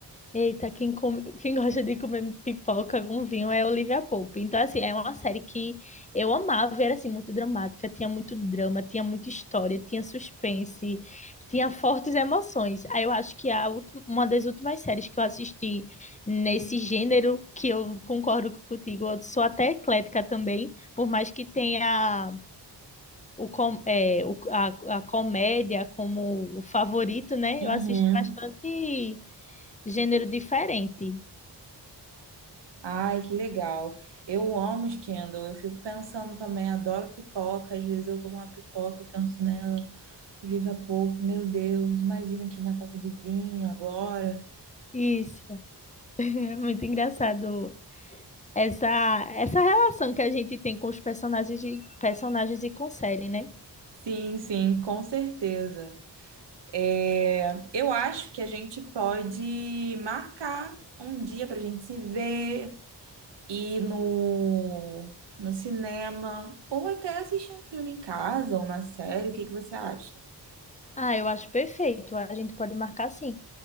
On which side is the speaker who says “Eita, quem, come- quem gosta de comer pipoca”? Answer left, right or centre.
Left